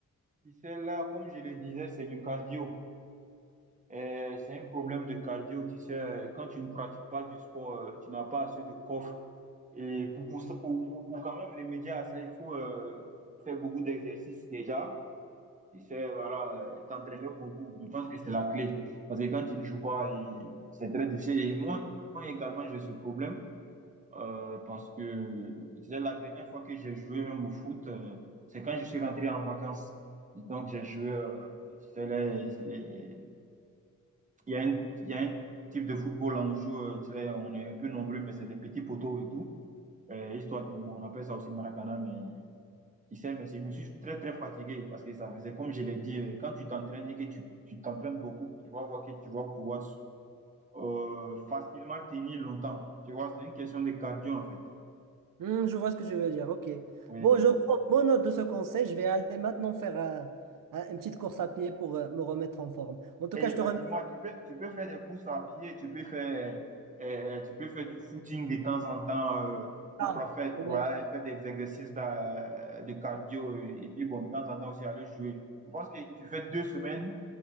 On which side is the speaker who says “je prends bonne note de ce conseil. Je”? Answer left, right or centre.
Right